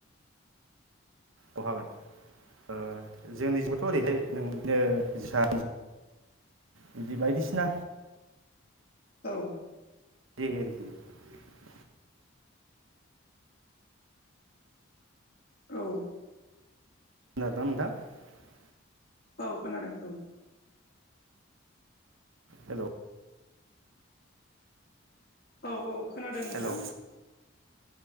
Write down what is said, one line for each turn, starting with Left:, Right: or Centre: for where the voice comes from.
Right: औ हागोन ओ जोंनिजोंबोथ' ओरैहाय नों <unintelligible> बिदि बायदिसिना
Left: औ
Right: <unintelligible>
Left: औ
Right: <unintelligible>
Left: औ खोनादों औ
Right: हेलौ
Left: औ औ खोनादों नोंथां
Right: हेलौ